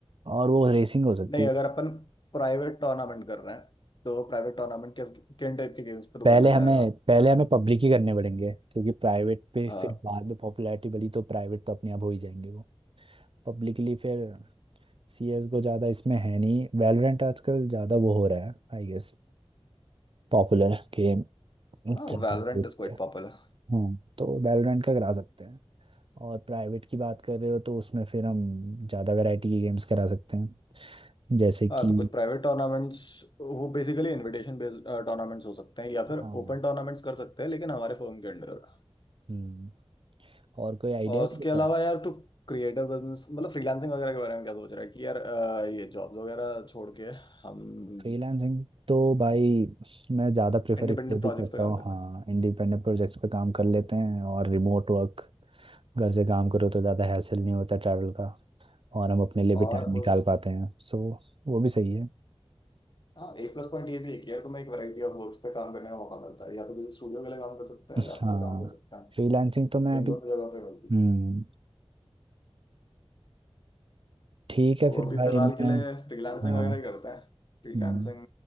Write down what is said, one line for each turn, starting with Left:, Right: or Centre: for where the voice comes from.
Right: और वो रेसिंग हो सकती
Left: नहीं
Right: है
Left: अगर अपन प्राइवेट टूर्नामेंट कर रहे हैं तो प्राइवेट टूर्नामेंट किस किन टाइप के गेम्स पे तू
Right: पहले
Left: करना
Right: हमें
Left: चाहेगा
Right: पहले हमें पब्लिक ही करने पड़ेंगे क्योंकि प्राइवेट पे
Left: हाँ
Right: फिर बाद में पॉपुलैरिटी बढ़ी तो प्राइवेट तो अपने आप हो ही जाएंगे वो पब्लिकली फिर सी एस को ज़्यादा इसमें है नहीं वैलोरेंट आजकल ज़्यादा वो हो रहा है आई गेस पॉपुलर गेम
Left: हाँ
Right: चलता
Left: वैलोरेंट
Right: है
Left: इज क्वाइट पॉपुलर
Right: हम्म तो वैलोरेंट का करा सकते हैं और प्राइवेट की बात कर रहे हो तो उसमें फिर हम ज़्यादा वैरायटी के गेम्स करा सकते हैं जैसे कि
Left: हाँ तो कुछ प्राइवेट टूर्नामेंट्स वो बेसिकली इनविटेशन बेस्ड टूर्नामेंट्स हो सकते हैं या फिर
Right: हाँ
Left: ओपन टूर्नामेंट्स कर सकते हैं लेकिन हमारे फर्म के अंडर
Right: हम्म और कोई आइडिया
Left: और
Right: है
Left: उसके
Right: तेरे
Left: अलावा
Right: पास
Left: यार तू क्रिएटिव बिजनेस मतलब फ्रीलांसिंग वगैरह के बारे में क्या सोच रहा है कि यार अ, ये जॉब्स वगैरह छोड़ के हम
Right: फ्रीलांसिंग तो भाई मैं ज़्यादा प्रेफर
Left: इंडिपेंडेंट
Right: इसलिए भी
Left: प्रोजेक्ट्स
Right: करता
Left: पे
Right: हूँ
Left: काम करना
Right: हाँ
Left: है
Right: इंडिपेंडेंट प्रोजेक्ट्स पे काम कर लेते हैं और रिमोट वर्क घर से काम करो तो ज़्यादा हैसल नहीं होता ट्रैवल का और हम अपने लिए
Left: और
Right: भी टाइम निकाल
Left: उस
Right: पाते हैं सो वो भी सही है
Left: हाँ एक प्लस पॉइंट ये भी है कि यार तुम्हें एक वैरायटी ऑफ वर्क्स पे काम करने का मौका मिलता है या तो किसी स्टूडियो के लिए काम कर सकते हैं
Right: हाँ
Left: या अपने लिए काम कर सकते हैं
Right: फ्रीलांसिंग तो मैं अभी
Left: इन दोनों जगहों पे मिलती
Right: हम्म
Left: है
Right: ठीक
Left: तो
Right: है फिर
Left: अभी
Right: भाई
Left: फिलहाल
Right: मैं
Left: के लिए फ्रीलांसिंग
Right: हाँ
Left: वगैरह ही करते हैं फ्रीलांसिंग
Right: हम्म,